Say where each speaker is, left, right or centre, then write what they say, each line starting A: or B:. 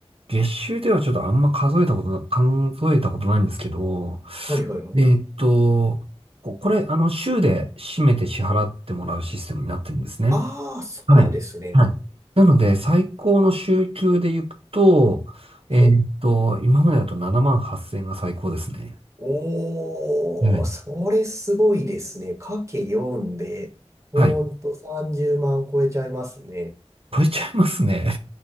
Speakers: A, on the right; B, on the right.
A: 月収ではちょっとあんま数えたことな、数えたことないんですけど、
B: はいはいはい。
A: えーっと、ここれ、あの、週で締めて支払ってもらうシステムになってるんですね。
B: ああ、そうなんですね。
A: はい。はい。なので、最高の週給で行くと、えーっと、
B: はい。
A: 今までだと7万8千円が最高ですね。
B: おー、
A: はい。
B: それすごいですね。かけ4で、ほんと30万超えちゃいますね。
A: はい。超えちゃいますね。